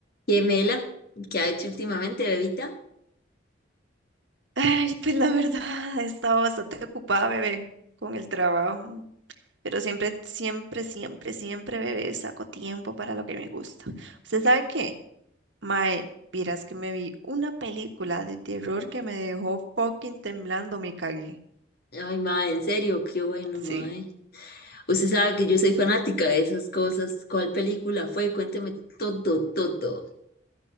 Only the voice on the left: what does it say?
¿Qué mela? ¿Qué ha hecho últimamente, bebita?
Ay, mae, en serio, qué bueno, mae.
Usted sabe que yo soy fanática de esas cosas. ¿Cuál película fue? Cuénteme todo, todo.